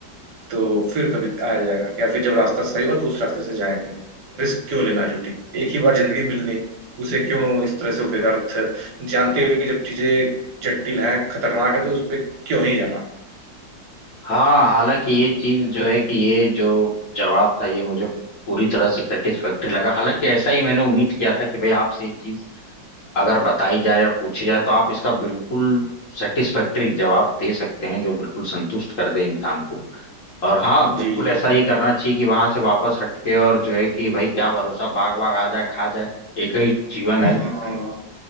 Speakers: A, on the right (about 65°); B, on the left (about 55°).
A: तो फिर कभी आया जाएगा या फिर जब रास्ता सही हुआ तो उस रास्ते से जाएंगे रिस्क क्यों लेना झूठी एक ही बार जिंदगी मिलनी उसे क्यों इस तरह से व्यर्थ जानते हुए कि जब चीजें जटिल हैं खतरनाक है तो उस पर क्यों ही जाना
B: हाँ हालांकि ये चीज जो है कि ये जो जवाब था ये मुझे पूरी तरह से सेटिस्फैक्ट्री लगा हालांकि ऐसा ही मैंने उम्मीद किया था कि भाई आपसे ये चीज अगर बताई जाए या पूछी जाए तो आप इसका बिल्कुल सेटिस्फैक्टरी जवाब दे सकते हैं जो बिल्कुल संतुष्ट कर दे इंसान को और हाँ बिल्कुल
A: जी जी
B: ऐसा ही करना चाहिए कि वहां से वापस हटके और जो है कि भाई क्या भरोसा बाघ वाघ आ जाए खा जाए एक ही जीवन
A: हाँ
B: है
A: हाँ, हाँ,